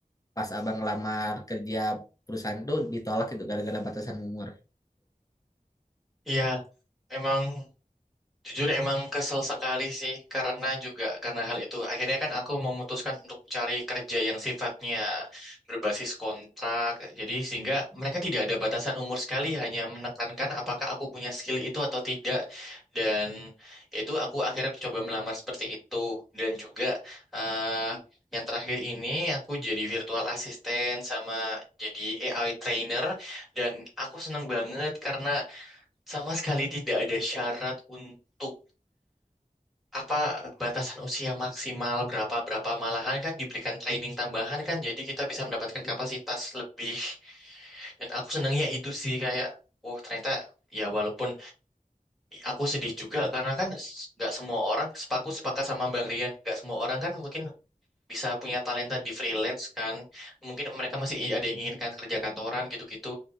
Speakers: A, on the left (about 25°); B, in the centre.
A: pas abang ngelamar kerja perusahaan tuh ditolak gitu gara-gara batasan umur.
B: Ya, emang. Jujur emang kesel sekali sih karena juga karena hal itu akhirnya kan aku memutuskan untuk cari kerja yang sifatnya berbasis kontrak. Jadi sehingga mereka tidak ada batasan umur sekali hanya menekankan apakah aku punya skill itu atau tidak. Dan itu aku akhirnya coba melamar seperti itu dan juga eh, yang terakhir ini aku jadi virtual assistant sama jadi AI trainer dan aku seneng banget karena sama sekali tidak ada syarat untuk apa batasan usia maksimal berapa berapa malahan kan diberikan training tambahan kan jadi kita bisa mendapatkan kapasitas lebih dan aku senangnya itu sih kayak wow ternyata ya walaupun aku sedih juga karena kan s- nggak semua orang sepaku sepakat sama Bang Rian nggak semua orang kan mungkin bisa punya talenta di freelance kan mungkin mereka masih i- ada yang inginkan kerja kantoran gitu-gitu